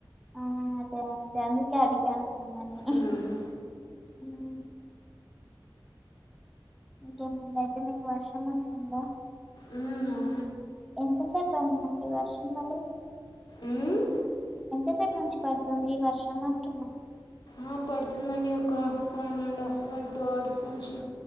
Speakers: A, in the centre; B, on the left.
A: అవును అదే అండి అందుకే అడిగాను మిమ్మల్ని
B: ఉమ్,
A: మ్మ్. ఇంకేముందయితే మీకు వర్షం వస్తుందా
B: ఉమ్ ఆ
A: ఎంతసేపు అయిందండి వర్షం పడి
B: ఉమ్,
A: ఎంతసేపు నుంచి పడుతుంది వర్షం అంటున్నా
B: ఆ పడుతుందండి ఒక one and half hour two hours నుంచి